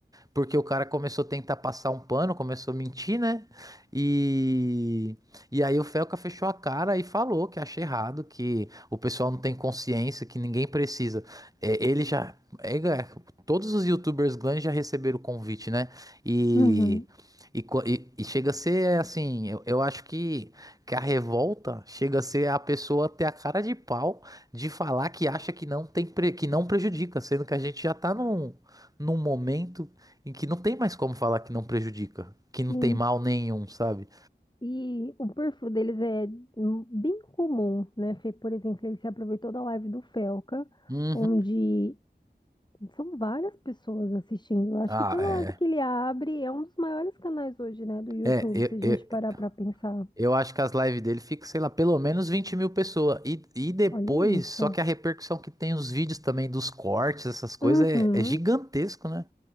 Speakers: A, on the right (about 20°); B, on the left (about 25°).
A: Porque o cara começou a tentar passar um pano, começou a mentir, né? E, e aí o Felca fechou a cara e falou que acha errado, que o pessoal não tem consciência, que ninguém precisa. É, ele já. é, é, todos os youtubers grandes já receberam o convite, né? E.
B: Uhum.
A: E, co- e- e chega a ser assim, eu, eu acho que, que a revolta chega a ser a pessoa ter a cara de pau de falar que acha que não tem pre- que não prejudica, sendo que a gente já tá num, num momento em que não tem mais como falar que não prejudica, que não
B: Sim,
A: tem mal nenhum, sabe?
B: e o perfil deles é hum, bem comum, né? Fê? Por exemplo, ele se aproveitou da live do Felca,
A: Uhum.
B: onde são várias pessoas assistindo. Eu acho
A: Ah,
B: que toda
A: é.
B: live que ele abre é um dos maiores canais hoje, né, do YouTube,
A: É, eu,
B: se a gente
A: eu,
B: parar para pensar.
A: eu acho que as lives dele ficam, sei lá, pelo menos 20 mil pessoas. E, e depois,
B: Olha isso.
A: só que a repercussão que tem os vídeos também dos cortes, essas coisas,
B: Uhum.
A: é, é gigantesco, né?